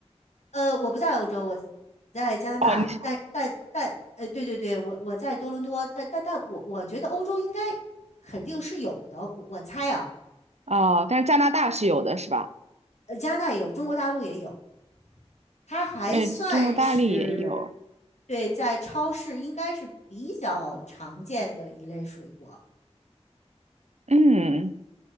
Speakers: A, on the left; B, on the right.
A: 呃，我不在欧洲，我在加拿大，
B: 哦，你是
A: 但但但，呃，对对对，我我在多伦多，但但但我我觉得欧洲应该肯定是有的，我我猜啊，
B: 哦，但是加拿大是有的，是吧？
A: 呃，加拿大也有，中国大陆也有。它还算是
B: 呃，中国大陆也有。
A: 对，在超市应该是比较常见的一类水果。
B: 嗯，